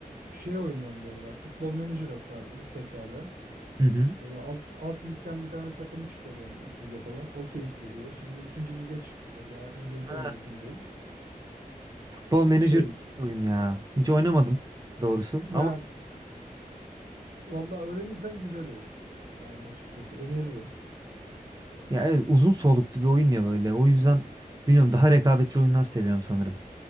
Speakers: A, on the right; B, on the right.
A: şey oynuyorum bu aralar futbol menajer'a sardım tekrardan.
B: Hı hı.
A: Böyle alt, alt ligden bir tane takımı çıkarıyorum üst lige falan o keyif veriyor. Şimdi ikinci lige çıktık mesela İngiltere
B: Ha,
A: ligindeyim.
B: Futbol Manager
A: Şey
B: oyun ya. Hiç oynamadım doğrusu.
A: yani
B: Ama
A: Vallahi öğrenirsen güzel oyun. Yani açıkçası öneririm.
B: ya evet uzun soluklu bir oyun ya böyle. O yüzden bilmiyorum daha rekabetçi oyunlar seviyorum sanırım.